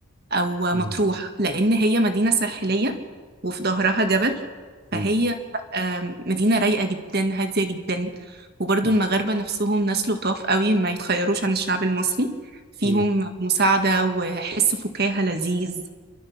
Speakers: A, on the right; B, on the right.
A: أو
B: مم.
A: مطروح لأن هي مدينة ساحلية وفي ظهرها جبل فهي
B: مم.
A: آم، مدينة رايقة جدا هادية جدا وبرضو
B: مم.
A: المغاربة نفسهم ناس لطاف قوي ما يتخيروش عن الشعب المصري فيهم
B: مم.
A: مساعدة وحس فكاهة لذيذ